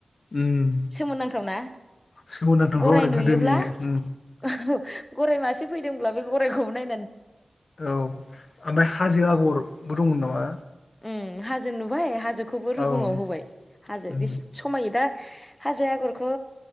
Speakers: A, on the left; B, on the left.
A: उम
B: सोमोनांथावना?
A: सोमोनांथावथ'
B: गराय
A: आरो
B: नुयोब्ला
A: गोदोनि उम
B: औ गराय मासे फैदोंब्ला बे गरायखौबो नाय
A: औ ओमफ्राय हाजो आगरबो दंमोन नामा?
B: उम हाजो नुबाय हाजो खौबो रुगुङाव
A: औ उम
B: होबाय हाजो
A: उम
B: बे समायो दा हाजो आगरखौ